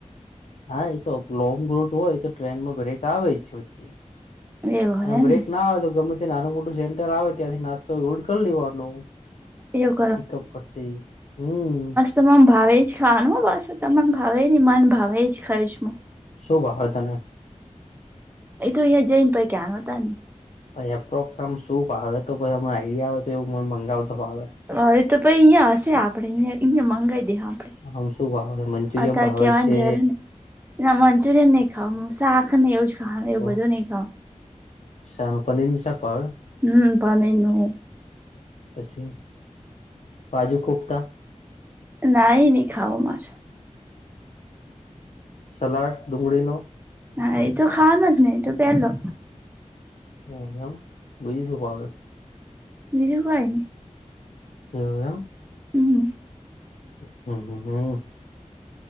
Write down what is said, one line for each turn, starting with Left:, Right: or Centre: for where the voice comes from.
Left: હા એ તો લોંગ રૂટ હોય તો ટ્રેનમાં બ્રેક આવે જ વચ્ચે
Right: હોય એવું હોય
Left: અને બ્રેક
Right: એમને
Left: ના આવે તો ગમે તે નાનું મોટું સેન્ટર આવે ત્યાંથી નાસ્તો હલડ કરી લેવાનું
Right: એવું
Left: પિક પતી હમ
Right: તમામ ભાવે જ ખાવાનું હો બસ તમામને ભાવેને મને ભાવે જ ખાઈશ હું
Left: શુંભાવ તને
Right: એ તો ત્યાં જૈમ પૈ કે આાલતા
Left: ભછ એપ્રોક્સ આમ શું ભાવે તો અ આઈડિયા આવે તો એવું મને મંગાવ તો ભાવે
Right: હ એ તો પ અહીંયા હશે આપડેયા અયા મગાવી દે આપડે
Left: આમ શું ભાવે છે મંચુરિયમ
Right: અતાર
Left: ભાવે
Right: કેવાની
Left: છે
Right: જરૂર ને ના મંચુરીયન નઈ ખાાવું શાક નઈ આવઉ છ ખા એવ
Left: તો
Right: બધું નહી ખાાવ
Left: શાક પનીરનું શાક ભાવે
Right: હમ પણ ન ન
Left: પછી બાજુકોફ્તા
Right: નહી ન ખાાવ માર
Left: સલાડ ડુંગળી ન
Right: હ એ તો ખાવાનો જને એ તો પલો
Left: હ એમ બીજું શુંપાવે
Right: બીજું હોવાયને
Left: એવું એમ
Right: હમ
Left: હમ્મ હમ્મ હ